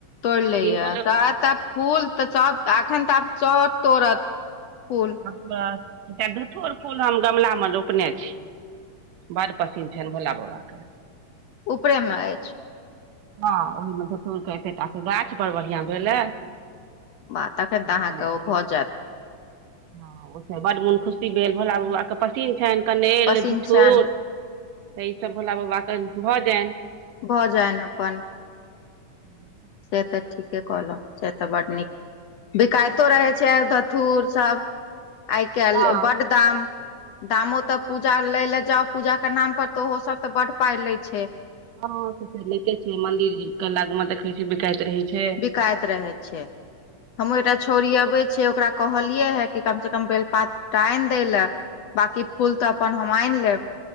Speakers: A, on the left (about 70°); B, on the right (about 80°).
A: तोड़लेै
B: कीनो
A: या
B: लेबै
A: सहाए त फूल तऽ सब तऽ एखन तऽ आब सब तोड़त फूल।
B: ओय के बाद एकटा धथूर फूल हम गमला मे रोपनाय छी, बड़ पसिन छन भोला बाबाके।
A: उपरे मे एछ।
B: हां ओहिमे धतूर के एतेटा के गाछ बड़ बढ़ियाँ भेलै।
A: वाह तखन तऽ
B: रोपनाय
A: अहाँके ओ
B: छी।
A: भऽ जायत
B: हां ओय से बड मुन खुशी भेल भोला बब्बा के। पसिन छैन कनैल,
A: पसिन
B: धुथुर
A: छनि
B: तऽ ई सब भोला बब्बा के भऽ जाएन।
A: भऽ जाएन अपन।
B: हुं।
A: ते ठीके कहलौ छै तऽ बड नीक बिकाएतो रहै छै धथूर सब। आय काएल
B: हँ
A: बड दाम दामो
B: हँ
A: तऽ पूजा लै लए जाउ पूजा के नाम पर तऽ उहो सब तऽ बड पाय ले छै।
B: हां से ते लै ते छै, मंदिर के लग मे देखे छी बिकाएत रहै छै।
A: काएत रहै छै। हमर एकटा छौरी अबै छय, ओकरा कहलियै हें कि कम से कम बेलपात दटा आनि दै लैऽ बाँकी फूल तऽ अपन हम आनि लेब।